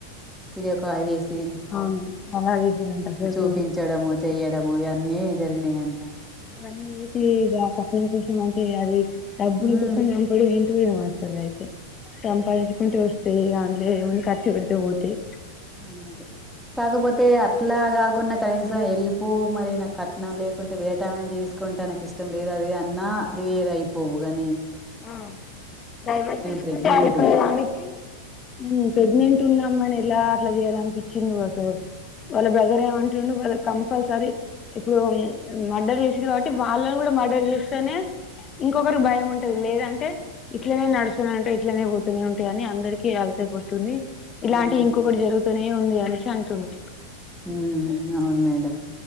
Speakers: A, in the centre; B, on the left (about 30°).
A: వీడియో కాల్ చేసి
B: అవును అలా చేసిందంట అసలు
A: చూపించడము చెయ్యడము ఇవన్నీ జరిగినయంట
B: అన్నీ ఏతి ఇగ పట్ కసం అంటే అది డబ్బుల
A: ఉమ్
B: కోసం చంపుడు ఎంటో ఏమో స్తు అయితే సంపాదించుకుంటే వస్తయి దాంట్లో ఏముందు ఖర్చు పెడితే పోతయి
A: అంతే కాకపోతే అట్లా కాకుండా కనీసం ఎల్లిపో మరి నాకు కట్నం లేకుంటే వెరటమేను చేసుకుంటే నాకు ఇష్టం లేదు అది అన్నా అది వేరయిపోవు గాని
B: ఆ బెడ్ రెస్ట్ తీసుకుంటే
A: ప్రెగ్నెంట్
B: అయిపోదానికి ఉమ్ ప్రెగ్నెంట్ ఉన్నామనే ట్ల అట్లా చేయాలనిపించింది ఒకసలు వాళ్ళ బ్రదర్ ఏమంటుండు వాళ్ కంపల్సరీ ఇప్పుడు మర్డర్ చేసిల్లు కాబట్టి వాళ్ళని కూడా మర్డర్ చేస్తేనే ఇంకొకరికి బయం టది లేదంటే ఇట్లనే నడుస్తూనే ఉంటాయి ఇట్లనే పోతూనే ఉంటాయి అని అందరికి అలుసై పోతుంది ఇలాంటి
A: అవునవును
B: ఇంకొకటి జరుగుతూనే ఉంది అనేసి అంటుండు
A: ఉమ్ అవును మేడం